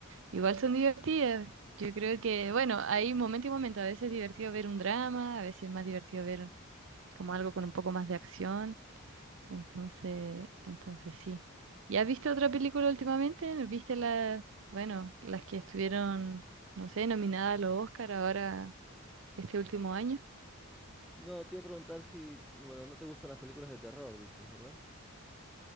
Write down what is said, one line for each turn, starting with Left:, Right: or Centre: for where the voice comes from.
Right: igual son divertidas. Yo creo que, bueno, hay momento y momento. A veces es divertido ver un drama, a veces es más divertido ver como algo con un poco más de acción. Entonces, entonces sí. ¿Y has visto otra película últimamente? ¿No ¿Viste las, bueno, las que estuvieron, no sé, nominadas a los Oscar ahora este último año?
Centre: No, te iba a preguntar si, bueno, no te gustan las películas de terror, dices, ¿verdad?